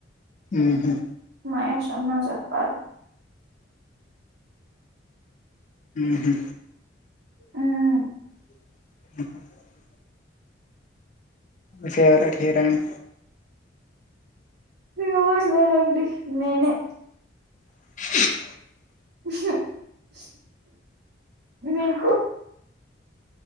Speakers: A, on the left; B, on the right.
A: ఉహు
B: మహేష్ అన్న చెప్పారు
A: ఉహు
B: ఉం
A: <inaudible> ఫేవరెట్ హీరోయిన్
B: ఎవరూ లేరండి నేనే
A: <inaudible>
B: <inaudible> మీకు